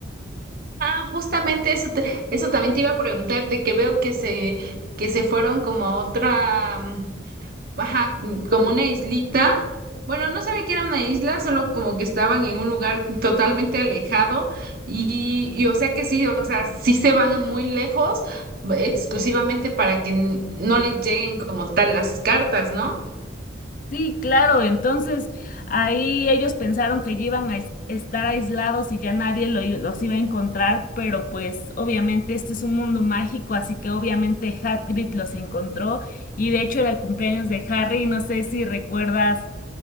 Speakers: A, on the right (about 50°); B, on the left (about 45°).
A: Ah, justamente eso, te- eso también te iba a preguntar, de que veo que se, que se fueron como a otra, mm, ajá, mm, como una islita. Bueno, no sabía que era una isla, solo como que estaban en un lugar totalmente alejado y, y, o sea que sí, o sea, sí se van muy lejos, exclusivamente para que n- no les lleguen como tal las cartas, ¿no?
B: Sí, claro, entonces ahí ellos pensaron que ya iban a es- estar aislados y ya nadie lo i- los iba a encontrar, pero pues obviamente este es un mundo mágico, así que obviamente Hagrid los encontró y de hecho era el cumpleaños de Harry, no sé si recuerdas